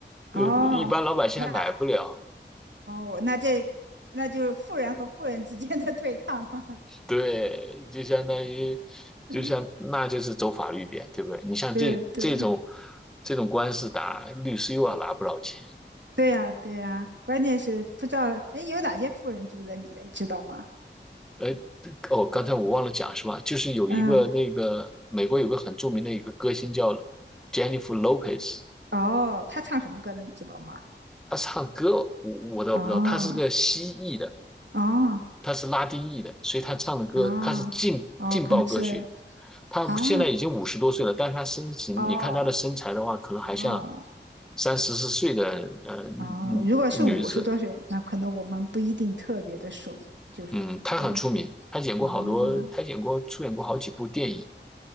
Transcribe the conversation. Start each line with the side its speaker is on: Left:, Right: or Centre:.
Right: 哦，
Centre: 呃，一般老百姓还买不了。
Right: 那哦，那这那就是富人和富人之间的对抗了。<laughs>
Centre: 对，就相当于，
Right: 嗯，
Centre: 就像那就是走法律边，对不对？你像这这种
Right: 对对
Centre: 这种官司打，律师又要拿不少钱。
Right: 对呀，对呀，关键是不知道哎有哪些富人住在里面，你知道吗？
Centre: 哎，哦，刚才我忘了讲是吧？就是有一个那个美国有个很著名的一个歌星叫
Right: 嗯，
Centre: Jennifer Lopez，
Right: 哦，他唱什么歌的，你知道吗？
Centre: 她唱歌我我倒不知道，
Right: 哦
Centre: 她是个蜥蜴的，
Right: 哦
Centre: 他是拉丁裔的，所以他唱的歌他是劲劲爆歌曲。
Right: 哦哦，可能是
Centre: 他现在已经五十多岁了，
Right: 啊
Centre: 但他身形，
Right: 哦
Centre: 你看他的身材的话，可能还像
Right: 哦
Centre: 三四十四岁的呃
Right: 哦，
Centre: 嗯女子。
Right: 如果是五十多岁，那可能我们不一定特别的熟，就是因为
Centre: 嗯，她很出名，她演过好多，
Right: 哦
Centre: 她演过出演过好几部电影。